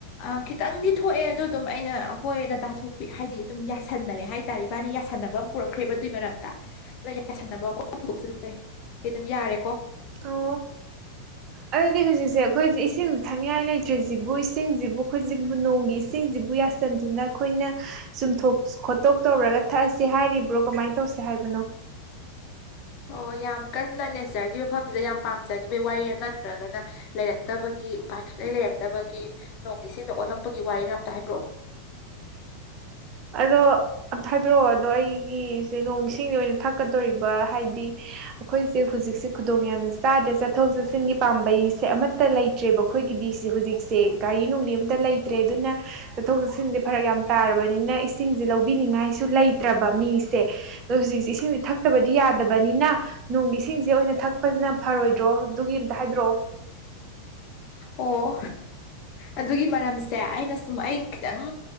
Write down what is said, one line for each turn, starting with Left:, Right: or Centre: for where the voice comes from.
Left: ꯑ ꯈꯤꯇꯪꯗꯤ ꯊꯣꯛꯑꯦ ꯑꯗꯨ ꯑꯗꯨꯝ ꯑꯩꯅ ꯍꯣꯏꯅ ꯇꯥꯊꯣꯛꯄꯤ ꯍꯥꯏꯗꯤ ꯑꯗꯨꯝ ꯌꯥꯁꯟꯅꯔꯦ ꯍꯥꯏ <unintelligible> ꯏꯕꯥꯅꯤ ꯌꯥꯁꯟꯅꯅꯕ ꯑꯃ ꯄꯨꯔꯛꯈ꯭ꯔꯦꯕ ꯑꯗꯨꯏ ꯃꯔꯛꯇ <unintelligible> ꯌꯥꯁꯟꯅꯕ ꯑꯃꯨꯛ ꯄꯨꯊꯣꯛꯆꯜꯂꯦ ꯑꯩ ꯑꯗꯨꯝ ꯌꯥꯔꯦꯀꯣ
Right: ꯑꯧ ꯑꯗꯨꯗꯤ ꯍꯨꯖꯤꯛꯁꯦ ꯑꯈꯣꯏꯁꯦ ꯏꯁꯤꯡ ꯊꯛꯅꯤꯡꯉꯥꯏ ꯂꯩꯇ꯭ꯔꯁꯤꯕꯨ ꯏꯁꯤꯡꯁꯤꯕꯨ ꯈꯣꯏꯖꯤꯕꯨ ꯅꯣꯡꯒꯤ ꯏꯁꯤꯡꯁꯤꯕꯨ ꯌꯥꯁ ꯆꯟꯗꯨꯅ ꯈꯣꯏꯅ ꯆꯨꯝꯊꯣꯛ ꯈꯣꯠꯇꯣꯛ ꯇꯧꯔꯒ ꯊꯛꯑꯁꯦ ꯍꯥꯏꯔꯤꯕ꯭ꯔꯣ ꯀꯃꯥꯏꯅ ꯇꯧꯁꯦ ꯍꯥꯏꯕꯅꯣ
Left: ꯑꯣ ꯌꯥꯝ ꯀꯟꯅ ꯅꯦꯆꯔꯒꯤ ꯃꯐꯝꯁꯤꯗ ꯌꯥꯝ ꯄꯥꯝꯖꯈꯤꯕꯒꯤ ꯋꯥꯔꯤꯔ ꯅꯠꯇ꯭ꯔꯒꯅ ꯂꯩꯔꯛꯇꯕꯒꯤ ꯎꯄꯥꯏ ꯁꯨꯂꯩ ꯂꯩꯔꯛꯇꯕꯒꯤ ꯅꯣꯡꯒꯤ ꯏꯁꯤꯡꯗ ꯑꯣꯜꯂꯛꯄꯒꯤ ꯋꯥꯔꯤꯔ ꯑꯝꯇ ꯍꯥꯏꯕꯤꯔꯛꯑꯣ
Right: ꯑꯗꯣ ꯑꯝꯇ ꯍꯥꯏꯕꯤꯔꯛꯑꯣ ꯑꯗꯣ ꯑꯩꯒꯤꯁꯦ ꯅꯣꯡ ꯏꯁꯤꯡꯖꯦ ꯑꯣꯏꯅ ꯊꯛꯀꯗꯣꯔꯤꯕ ꯍꯥꯏꯗꯤ ꯑꯈꯣꯏꯁꯦ ꯍꯨꯖꯤꯛꯁꯦ ꯈꯨꯗꯣꯡ ꯌꯥꯝꯅ ꯆꯥꯗ꯭ꯔꯦ ꯆꯠꯊꯣꯛ ꯆꯠꯁꯤꯟꯒꯤ ꯄꯥꯝꯕꯩꯁꯦ ꯑꯃꯇ ꯂꯩ ꯇ꯭ꯔꯦꯕ ꯑꯩꯈꯣꯏꯒꯤꯗꯤꯁꯤ ꯍꯧꯖꯤꯛꯁꯦ ꯒꯥꯔꯤ ꯅꯨꯡꯂꯤ ꯑꯝꯇ ꯂꯩꯇ꯭ꯔꯦ ꯑꯗꯨꯅ ꯆꯠꯊꯣꯛ ꯆꯠꯁꯤꯟꯁꯦ ꯐꯔꯛ ꯌꯥꯝ ꯇꯥꯔꯕꯅꯤꯅ ꯏꯁꯤꯡꯖꯦ ꯂꯧꯕꯤꯅꯤꯉꯥꯏꯁꯨ ꯂꯩꯇ꯭ꯔꯕ ꯃꯤꯁꯦ ꯑꯗꯣ ꯍꯧꯖꯤꯛꯁꯦ ꯏꯁꯤꯡꯖꯦ ꯊꯛꯇꯕꯗꯤ ꯌꯥꯗꯕꯅꯤꯅ ꯅꯣꯡꯒꯤ ꯏꯁꯤꯡꯁꯦ ꯑꯣꯏꯅ ꯊꯛꯄꯖꯤꯅ ꯐꯔꯣꯏꯗ꯭ꯔꯣ ꯑꯗꯨꯒꯤ ꯑꯝꯇ ꯍꯥꯏꯕꯤꯔꯛꯑꯣ
Left: ꯑꯣ ꯑꯗꯨꯒꯤ ꯃꯔꯝꯁꯦ ꯑꯩꯅ ꯁꯨꯝ ꯑꯩ ꯈꯤꯇꯪ